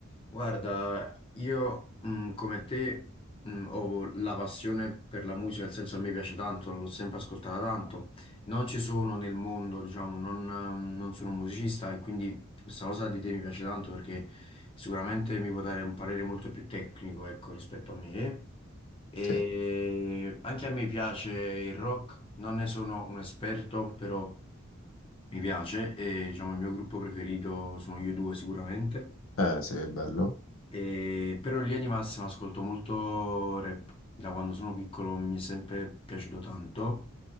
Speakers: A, on the left (about 25°); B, on the left (about 80°).
A: Guarda, io mh, come te mh, ho la passione per la musica, nel senso a me piace tanto, l'ho sempre ascoltata tanto. Non ci sono nel mondo, diciamo, non, ehm, non sono un musicista e quindi questa cosa di te mi piace tanto perché sicuramente mi può dare un parere molto più tecnico, ecco, rispetto a me. E
B: Sì,
A: anche a me piace il rock, non ne sono un esperto, però mi piace e diciamo il mio gruppo preferito sono io due sicuramente.
B: eh, sì, è bello.
A: E- però in linea di massima ascolto molto rap. Da quando sono piccolo mi è sempre piaciuto tanto.